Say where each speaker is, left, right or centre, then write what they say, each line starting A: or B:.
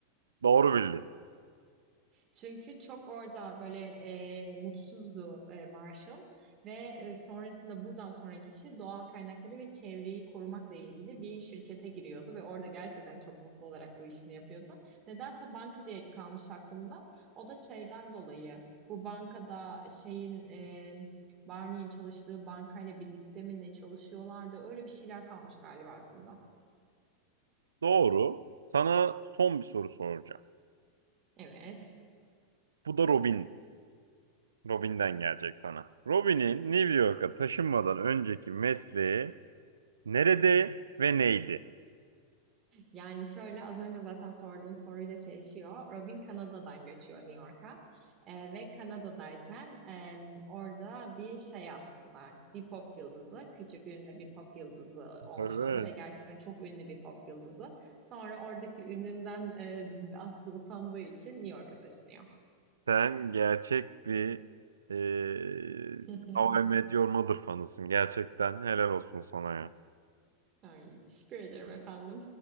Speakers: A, on the right; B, on the right.
A: Doğru bildin.
B: Çünkü çok orada böyle e, mutsuzdu e, Marshall ve e, sonrasında buradan sonraki işi doğal kaynakları ve çevreyi korumakla ilgili bir şirkete giriyordu ve orada gerçekten çok mutlu olarak bu işini yapıyordu. Nedense banka diye kalmış aklımda. O da şeyden dolayı bu bankada şeyin e, Barney'in çalıştığı bankayla birlikte mi ne çalışıyorlardı öyle bir şeyler kalmış galiba aklımda.
A: Doğru. Sana son bir soru soracağım.
B: Evet.
A: Bu da Robin. Robin'den gelecek sana. Robin'in New York'a taşınmadan önceki mesleği nerede ve neydi?
B: Yani şöyle az önce zaten sorduğun soruyla çelişiyor. Robin Kanada'dan göçüyor New York'a. Ee, ve Kanada'dayken em, orada bir şey aslında bir pop yıldızı. Küçük ünlü bir pop yıldızı olmuş
A: Evet.
B: orada ve gerçekten çok ünlü bir pop yıldızı. Sonra oradaki ününden e, aslında utandığı için New York'a taşınıyor.
A: Sen gerçek bir e,
B: <laughs>
A: How I Met Your Mother fanısın. Gerçekten helal olsun sana ya.
B: Ay, teşekkür ederim efendim.